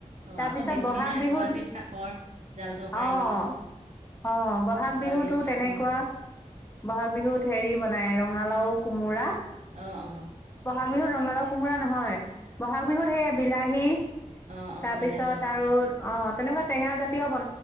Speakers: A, on the right (about 70°); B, on the left (about 20°).
A: অ
B: তাৰ
A: আকৌ
B: পিছত
A: বিহুৰ
B: ব'হাগ
A: দিনা
B: বিহুত
A: এশ এবিধ শাকৰ জাল তৰকাৰী
B: অহ
A: বনাও
B: অহ ব'হাগ
A: এশ
B: বিহুতো
A: এবিধ শাক
B: তেনেকুৱা,
A: অ অ
B: ব'হাগ বিহুত হেৰি। বনাই ৰঙালাও, কোমোৰা।
A: আহ অ।
B: বিহুত ৰঙালাও চঙালাও নহয় বহাগ বিহুত সে বিলাহী।
A: অ অ
B: তাৰপিছত
A: বিলাহী
B: আৰু অ। তেনেকুৱা টেঙা জাতীয় ব